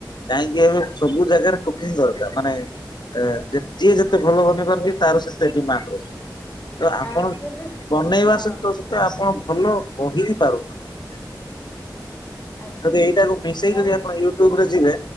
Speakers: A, on the left; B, on the left.
A: କାହିଁକି ଏବେ ସବୁ ଜାଗାରେ ଟୋକି ଦରକାର ମାନେ ଯିଏ ଯେତେ କେତେ ଭଲ ବନେଇ ପାରନ୍ତି ତାର ସେତେ ଡିମାଣ୍ଡ ରହୁଛି ତ ଆପଣ
B: ଆକ୍ଚୁଆଲି
A: ବନେଇବା
B: ହଁ
A: ସହିତ ତ ଆପଣ ଭଲ କହି ବି ପାରୁଛନ୍ତି।
B: ଆଜ୍ଞା
A: ଯଦି ଏଇଟାକୁ ମିଶେଇ
B: ନାଇଁ
A: ଯଦି ଆପଣ ୟୁଟ୍ୟୁବରେ ଯିବେ